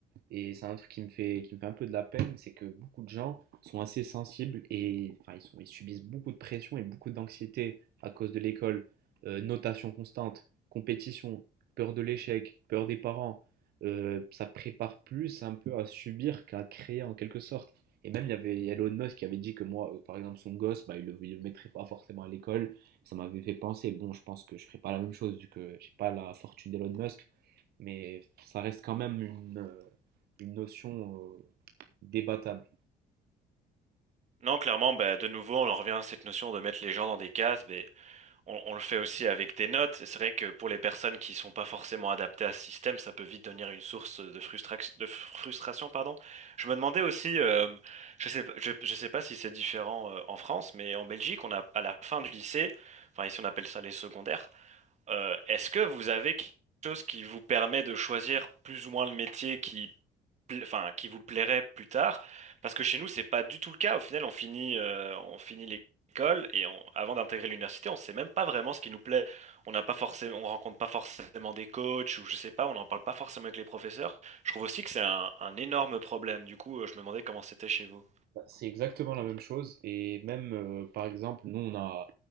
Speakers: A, on the right (about 70°); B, on the right (about 45°).
A: Et c'est un truc qui me fait, qui me fait un peu de la peine, c'est que beaucoup de gens sont assez sensibles et enfin, ils sont, ils subissent beaucoup de pression et beaucoup d'anxiété à cause de l'école. Euh, notation constante, compétition, peur de l'échec, peur des parents. Euh, ça prépare plus un peu à subir qu'à créer en quelque sorte. Et même, il y avait Elon Musk qui avait dit que moi, euh, par exemple, son gosse, bah, il ne le, le mettrait pas forcément à l'école. Ça m'avait fait penser, bon, je pense que je ne ferai pas la même chose vu que je n'ai pas la fortune d'Elon Musk. Mais ça reste quand même une, euh, une notion euh, débattable.
B: Non, clairement, ben, de nouveau, on en revient à cette notion de mettre les gens dans des cases. ben, On, on le fait aussi avec des notes. C'est vrai que pour les personnes qui sont pas forcément adaptées à ce système, ça peut vite devenir une source de frustration, de fr- frustration, pardon. Je me demandais aussi, euh, je sais, pas- je, je sais pas si c'est différent euh, en France, mais en Belgique, on a à la fin du lycée, enfin ici on appelle ça les secondaires. euh, est-ce que vous avez quelque chose qui vous permet de choisir plus ou moins le métier qui pla- enfin, qui vous plairait plus tard, parce que chez nous, c'est pas du tout le cas. Au final, on finit, euh, on finit l'école et on, avant d'intégrer l'université, on sait même pas vraiment ce qui nous plaît. On n'a pas forcément, on rencontre pas forcément des coachs ou je sais pas, on n'en parle pas forcément avec les professeurs. Je trouve aussi que c'est un, un énorme problème. Du coup, euh, je me demandais comment c'était chez vous.
A: Bah, C'est exactement la même chose et même euh, par exemple nous on a